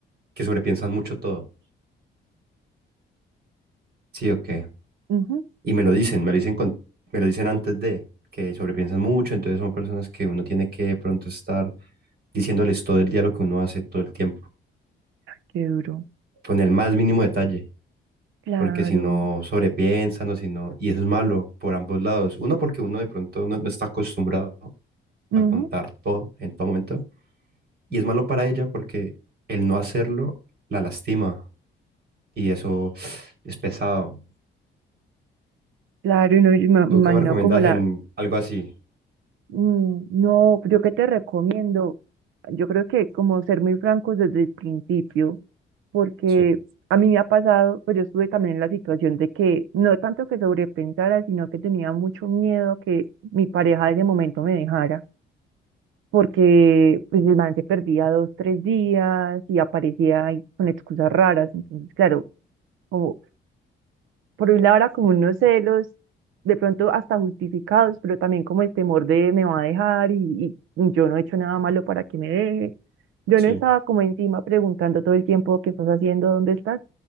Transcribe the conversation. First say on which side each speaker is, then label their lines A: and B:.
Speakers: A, on the right; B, on the right.
A: que sobrepiensan mucho todo. Sí, ok.
B: Ujú,
A: Y me lo dicen, me lo dicen con, me lo dicen antes de, que sobrepiensan mucho, entonces son personas que uno tiene que de pronto estar diciéndoles todo el día lo que uno hace todo el tiempo,
B: qué duro.
A: con el más mínimo detalle,
B: Claro,
A: porque si no sobrepiensan o si no, y eso es malo por ambos lados. Uno, porque uno de pronto no, no está acostumbrado
B: ujú,
A: a contar todo en todo momento, y es malo para ella porque el no hacerlo la lastima y eso es pesado.
B: claro, y no, y me me
A: ¿Tú
B: imagino
A: qué me recomiendas
B: como la,
A: en algo así?
B: mm, no, yo qué te recomiendo, yo creo que como ser muy francos desde el principio, porque
A: Sí,
B: a mí me ha pasado, pues yo estuve también en la situación de que no tanto que sobrepensara, sino que tenía mucho miedo que mi pareja de ese momento me dejara porque pues el man se perdía dos, tres días y aparecía ahí con excusas raras. Entonces, claro, como por un lado era como unos celos, de pronto hasta justificados, pero también como el temor de me va a dejar y, y yo no he hecho nada malo para que me deje. Yo
A: sí,
B: no estaba como encima preguntando todo el tiempo qué estás haciendo, dónde estás,